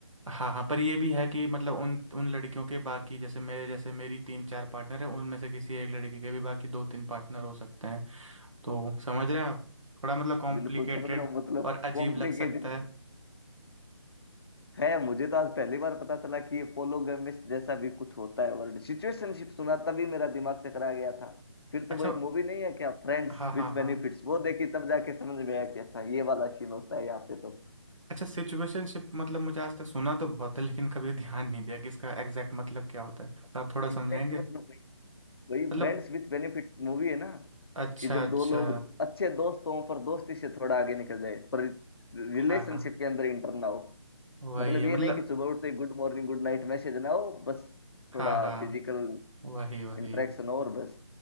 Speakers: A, on the right; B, on the left.
A: हाँ हाँ पर ये भी है कि मतलब उन उन लड़कियों के बाकी जैसे मेरे जैसे मेरी तीन चार पार्टनर है उनमें से किसी एक लड़की के भी बाकी दो तीन पार्टनर हो सकते हैं तो समझ रहे हैं आप थोड़ा मतलब कॉम्प्लिकेटेड
B: बिल्कुल समझ रहा हूँ मतलब
A: और अजीब
B: कॉम्प्लिकेटेड
A: लग सकता है
B: है मुझे तो आज पहली बार पता चला कि ये पोलोगेमिस्ट जैसा भी कुछ होता है वर्ड सिचुएशनशिप सुना तभी मेरा दिमाग चकरा गया था फिर तो
A: अच्छा
B: वो एक मूवी नहीं है क्या फ्रेंड्स
A: हाँ
B: विथ
A: हाँ
B: बेनिफिट्स
A: हाँ
B: वो देखी तब जाके समझ में आया कि अच्छा ये वाला सीन होता है यहाँ पे तो
A: अच्छा सिचुएशनशिप मतलब मुझे आज तक सुना तो बहुत है लेकिन कभी ध्यान नहीं दिया कि इसका एग्जैक्ट मतलब क्या होता है तो आप थोड़ा समझाएंगे
B: एग्जैक्ट मतलब वही
A: मतलब
B: फ्रेंड्स विथ बेनिफिट्स मूवी है ना
A: अच्छा
B: कि जब
A: अच्छा
B: दो लोग अच्छे दोस्त हों पर दोस्ती से थोड़ा आगे निकल जाए पर रिलेशनशिप
A: हाँ हाँ
B: के अंदर इंटर ना हो
A: वही
B: मतलब
A: है
B: ये
A: मतलब
B: नहीं कि सुबह उठते good morning good night message ना हो बस
A: हाँ
B: थोड़ा
A: हाँ
B: फिजिकल
A: वही वही
B: इंटरेक्शन हो और बस